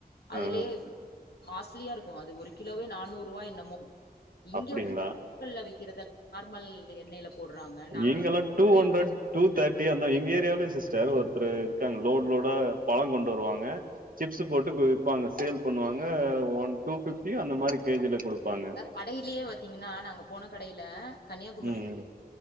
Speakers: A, on the left; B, on the right.
A: அதுலே
B: ஆ
A: இப்ப காஸ்ட்லியா இருக்கு அது ஒரு கிலோவே நானூறு ரூவா என்னமோ இங்க
B: அப்டிங்களா
A: வந்து லோக்கல்ல விக்கிறது நார்மல் எண்ணெயில போடுறாங்க நாங்க
B: இங்கெல்லா டூ
A: போய்
B: ஹண்ரட் டூ தேர்ட்டி அந்தா எங்க ஏரியாவலே சிஸ்டர் ஒருத்தர் இருக்காங்க லோட் லோடா பழம் கொண்டு வருவாங்க சிப்ஸ்சு போட்டு விப்பாங்க சேல் பண்ணுவாங்க ஒன் டூ பிஃப்டி அந்த மாரி கேஜில குடுப்பாங்க
A: கடைலே பாத்தீங்ன்னா நாங்க போன கடைல கன்னியாகுமரிக்கு
B: ம்